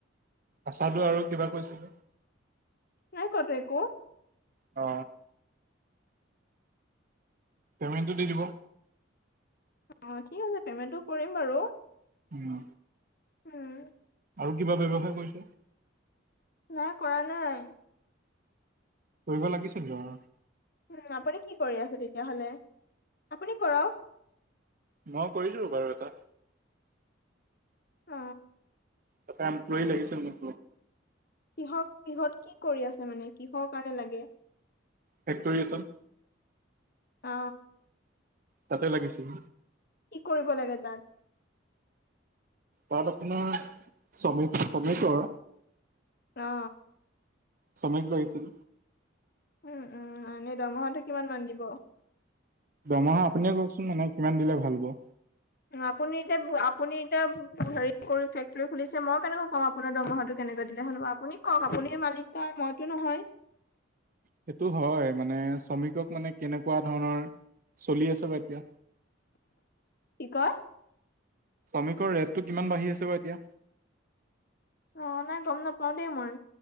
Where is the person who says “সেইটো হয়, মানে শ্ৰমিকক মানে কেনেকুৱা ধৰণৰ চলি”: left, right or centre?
Right